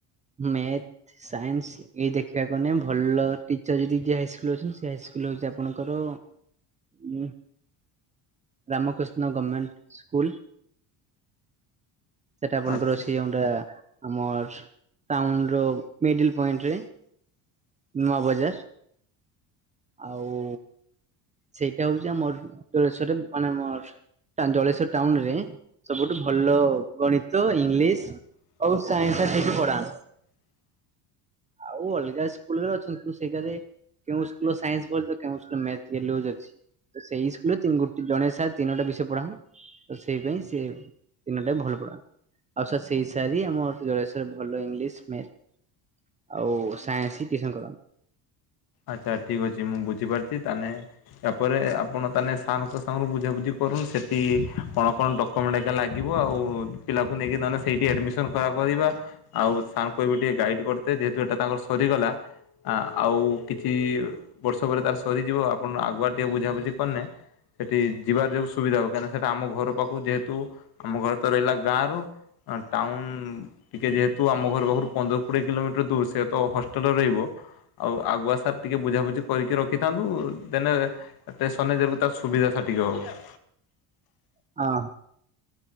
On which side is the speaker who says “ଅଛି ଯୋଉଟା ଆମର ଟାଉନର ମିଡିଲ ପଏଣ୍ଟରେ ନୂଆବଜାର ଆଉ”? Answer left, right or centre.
Right